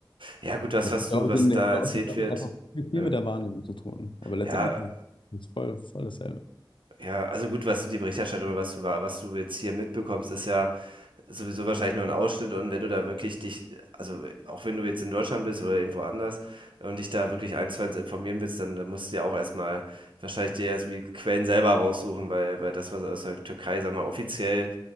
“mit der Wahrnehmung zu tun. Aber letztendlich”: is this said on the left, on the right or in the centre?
Left